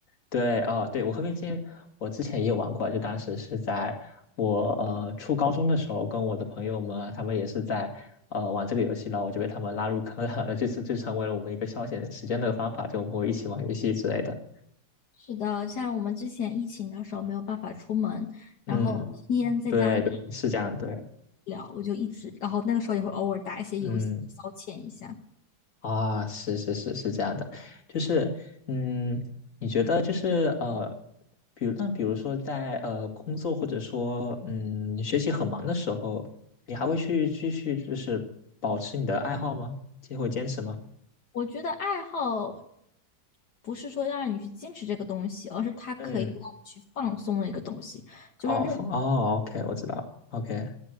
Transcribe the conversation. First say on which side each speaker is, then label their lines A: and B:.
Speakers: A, on the left; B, on the left.
A: 对，哦，对，我和平精英，我之前也玩过，就当时是在我呃初高中的时候，跟我的朋友们啊，他们也是在呃玩这个游戏，然后我就被他们拉入坑了，<laughs> 就是就成为了我们一个消遣时间的方法，就我们会一起玩游戏之类的。
B: 是的，像我们之前疫情的时候没有办法出门，然后天天在家无
A: 嗯，对，对，是这样的，
B: 聊，我就一直，然后那个时候也会偶尔打一些游戏消遣一下。
A: 嗯。啊，是是是是这样的，就是，嗯，你觉得就是呃，比如那比如说在呃工作或者说嗯你学习很忙的时候，你还会去继续就是保持你的爱好吗？就会坚持吗？
B: 我觉得爱好不是说要让你去坚持这个东西，而是它可以让你去放松的一个东西。
A: 嗯，
B: 就是任
A: 哦放哦，OK，我知道了，OK，